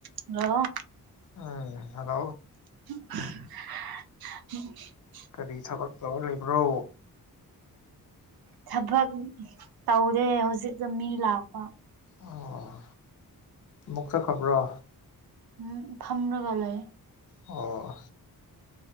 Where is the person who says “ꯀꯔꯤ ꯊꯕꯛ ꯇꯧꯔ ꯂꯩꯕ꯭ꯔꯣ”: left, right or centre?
Left